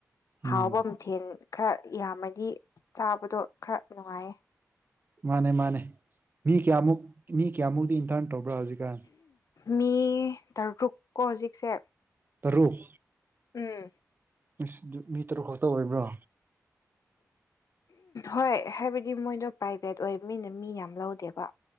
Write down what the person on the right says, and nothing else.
ꯎꯝ
ꯃꯥꯅꯦ ꯃꯥꯅꯦ ꯃꯤ ꯀꯌꯥꯃꯨꯛ ꯃꯤ ꯀꯌꯥꯃꯨꯛꯗꯤ ꯏꯟꯇꯔꯟ ꯇꯧꯕ꯭ꯔꯥ ꯍꯧꯖꯤꯛꯀꯥꯟ
ꯇꯔꯨꯛ
ꯏꯁ ꯃꯤ ꯇꯔꯨꯛ ꯈꯛꯇ ꯑꯣꯏꯕ꯭ꯔꯣ